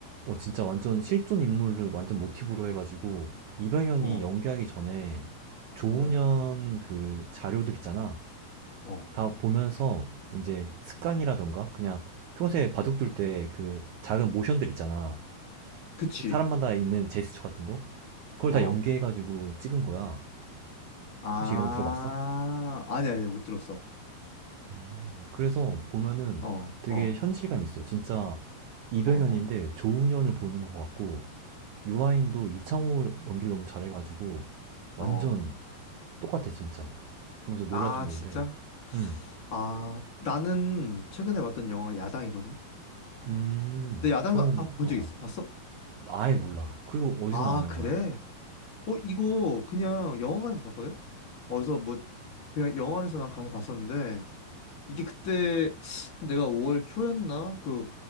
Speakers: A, on the right; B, on the left.
A: 어, 진짜 완전 실존 인물을 완전 모티브로 해가지고, 이병현이
B: 어,
A: 연기하기 전에 조훈현
B: 어,
A: 그 자료들 있잖아.
B: 어.
A: 다 보면서 이제 습관이라던가, 그냥 평소에 바둑둘 때 그 작은 모션들 있잖아.
B: 그치.
A: 그 사람마다 있는 제스처 같은 거? 그걸
B: 어.
A: 다 연기해가지고 찍은 거야.
B: 아,
A: 혹시 이런 거 들어봤어?
B: 아니, 아니, 못 들었어.
A: 음. 그래서 보면은
B: 어,
A: 되게
B: 어,
A: 현실감 있어. 진짜 이병헌인데
B: 어,
A: 조훈현을 보는 것 같고 유아인도 이창호 연기를 너무 잘해가지고 완전
B: 어.
A: 똑같아 진짜. 보면서 놀랄
B: 아,
A: 정도인데.
B: 진짜?
A: 음.
B: 아, 나는 최근에 봤던 영화가 야당이거든?
A: 음.
B: 근데 야당,
A: 그거는
B: 아, 본
A: 어
B: 적 있어? 봤어?
A: 어. 아예 몰라. 그리고 어디서
B: 아,
A: 나온 영화야?
B: 그래? 어, 이거 그냥 영화관에서 봤거든? 어디서 뭐, 그냥 영화관에서 난 가서 봤었는데, 이게 그때, 한 내가 5월 초였나? 그,